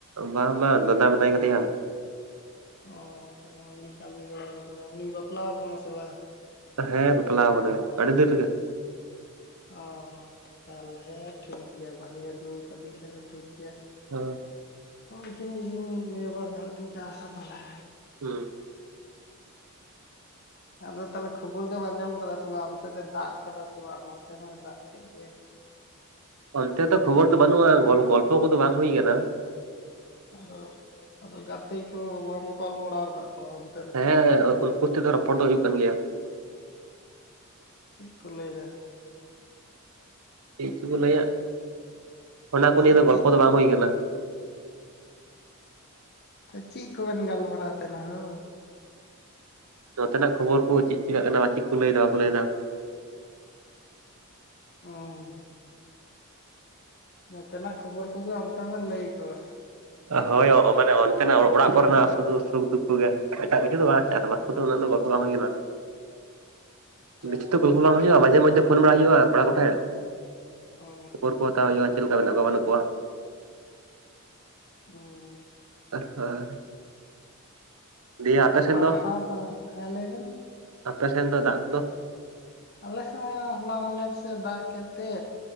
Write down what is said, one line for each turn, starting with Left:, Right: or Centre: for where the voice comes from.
Right: ᱵᱟᱝ ᱵᱟᱝ ᱫᱟᱫᱟ ᱢᱮᱱᱟᱭ ᱟᱠᱟᱫᱮᱭᱟ
Left: ᱚ, ᱛᱟᱦᱞᱮ ᱩᱱᱤ ᱠᱟᱹᱢᱤ ᱜᱚᱲᱚᱣᱟᱵᱮᱱ ᱠᱟᱱᱟ, ᱩᱱᱤᱭ ᱵᱟᱯᱞᱟᱣ ᱠᱟᱱᱟ ᱥᱮ ᱵᱟᱝ
Right: ᱦᱮᱸ ᱵᱟᱯᱞᱟ ᱟᱠᱟᱱᱟᱭ ᱟᱹᱰᱤ ᱫᱤᱱ ᱨᱮᱜᱮ
Left: ᱚ ᱛᱟᱦᱚᱞᱮ ᱴᱷᱤᱠ ᱜᱮᱭᱟ ᱵᱟᱹᱦᱩ ᱟᱹᱜᱩ ᱠᱟᱫᱮᱠᱷᱟᱱᱮ ᱴᱷᱤᱠ ᱜᱮᱭᱟ
Right: ᱦᱮᱸ
Left: <unintelligible> ᱱᱤᱭᱟᱹᱵᱟᱨ ᱫᱚ ᱠᱤᱱ ᱪᱟᱥᱟ ᱛᱟᱦᱚᱞᱮ
Right: ᱦᱮᱸ
Left: ᱟᱫᱚ ᱛᱟᱦᱚᱞᱮ ᱠᱷᱚᱵᱚᱨ ᱫᱚᱢ ᱟᱸᱡᱚᱢ ᱟᱠᱟᱫᱟ ᱥᱮ ᱵᱟᱝ ᱚᱱᱛᱮ ᱫᱚᱭ ᱫᱟᱜ ᱟᱠᱟᱫᱟ ᱥᱮ ᱵᱟᱝ ᱱᱚᱛᱮ ᱦᱚᱸᱭ ᱫᱟᱜ ᱠᱮᱫ ᱜᱮ
Right: ᱚᱱᱛᱮ ᱫᱚ ᱠᱷᱚᱵᱚᱨ ᱫᱚ ᱵᱟᱹᱱᱩᱜ-ᱟ ᱜᱚᱞ ᱜᱚᱞᱯᱚ ᱠᱚᱫᱚ ᱵᱟᱝ ᱦᱩᱭ ᱟᱠᱟᱱᱟ
Left: ᱟᱫᱚ ᱟᱫᱚ ᱜᱟᱛᱮ ᱠᱚ ᱵᱟᱢ ᱠᱚᱞ ᱵᱟᱲᱟᱣᱟ ᱠᱟᱫ ᱠᱚᱣᱟ ᱚᱱᱛᱮᱱ
Right: ᱦᱮᱸ
Left: ᱠᱚ
Right: ᱩᱱᱠᱩ ᱛᱮᱫᱚ ᱨᱚᱯᱚᱲ ᱫᱚ ᱦᱩᱭᱩᱜ ᱠᱟᱱ ᱜᱮᱭᱟ
Left: ᱪᱮᱫ ᱠᱚ ᱞᱟᱹᱭ ᱮᱫᱟ
Right: ᱪᱤᱜ ᱪᱚ ᱠᱚ ᱞᱟᱹᱭᱟ ᱚᱱᱟ ᱠᱚ
Left: ᱪᱮᱫ
Right: ᱱᱤᱭᱟᱹ ᱫᱚ ᱜᱚᱞᱯᱚ ᱫᱚ ᱵᱟᱝ ᱦᱩᱭ ᱟᱠᱟᱱᱟ
Left: ᱛᱚ ᱪᱮᱫ ᱠᱚᱵᱮᱱ ᱜᱟᱞᱢᱟᱨᱟᱣ ᱛᱟᱦᱮᱱᱟ ᱦᱳ
Right: ᱱᱚᱛᱮᱱᱟᱜ ᱠᱷᱚᱵᱚᱨ ᱠᱚ ᱪᱮᱫ ᱪᱤᱠᱟᱜ ᱠᱟᱱᱟ ᱪᱤᱠ ᱠᱚ ᱞᱟᱹᱭᱮᱫᱟ ᱵᱟᱠᱚ ᱞᱟᱹᱭᱮᱫᱟ
Left: <unintelligible> ᱱᱚᱛᱮᱱᱟᱜ ᱠᱷᱚᱵᱚᱨ ᱠᱚᱜᱮ ᱚᱱᱠᱟ ᱜᱮ ᱞᱟᱹᱭ ᱟᱠᱚᱣᱟ
Right: <unintelligible> ᱦᱳᱭ ᱢᱟᱱᱮ ᱚᱱᱛᱮᱱᱟᱜ ᱚᱲᱟᱜ ᱠᱚᱨᱮᱱᱟᱜ ᱥᱩᱫᱩ ᱥᱩᱠ-ᱫᱩᱠᱷ ᱠᱚᱜᱮ ᱮᱴᱟᱜ ᱠᱤᱪᱷᱩ ᱫᱚ ᱵᱟᱝ ᱪᱟᱥ ᱵᱟᱥ ᱟᱫᱚ ᱩᱱᱟᱹᱜ ᱫᱚ ᱵᱟᱠᱚ ᱫᱟᱢ ᱟᱠᱤᱱᱟ
Left: ᱪᱟᱥᱵᱟᱥ
Right: ᱵᱮᱥᱤ ᱛᱚ ᱜᱚᱞᱯᱚ ᱵᱟᱝ
Left: ᱠᱚ
Right: ᱦᱩᱭᱩᱜ-ᱟ ᱢᱟᱡᱷᱮ ᱢᱟᱚᱫᱡᱷᱮ ᱯᱷᱳᱱ ᱵᱟᱲᱟ ᱦᱩᱭᱩᱜ-ᱟ ᱠᱚᱲᱟ ᱠᱚᱴᱷᱮᱱ
Left: ᱚᱸ <unintelligible>
Right: <unintelligible> ᱠᱚ ᱦᱟᱛᱟᱣ ᱦᱩᱭᱩᱜ-ᱟ ᱪᱮᱫ ᱞᱮᱠᱟ ᱢᱮᱱᱟᱜ ᱠᱚᱣᱟ ᱵᱟᱹᱱᱩᱜ ᱠᱚᱣᱟ
Left: ᱦᱩᱸ <unintelligible>
Right: <unintelligible> <unintelligible> ᱫᱤᱭᱮ ᱟᱯᱮ
Left: ᱛᱚ
Right: ᱥᱮᱱ
Left: ᱯᱟᱲᱦᱟᱣ ᱫᱚ ᱦᱮᱸ ᱞᱟᱭᱵᱮᱱ
Right: ᱟᱯᱮᱥᱱ ᱫᱚ ᱫᱟᱜ ᱠᱚᱫᱚ
Left: ᱟᱞᱮ ᱥᱮᱜ ᱦᱚᱞᱟ ᱢᱟᱻᱜᱫᱷᱮᱨ ᱥᱮᱜ ᱫᱟᱜ ᱠᱮᱫ ᱛᱮ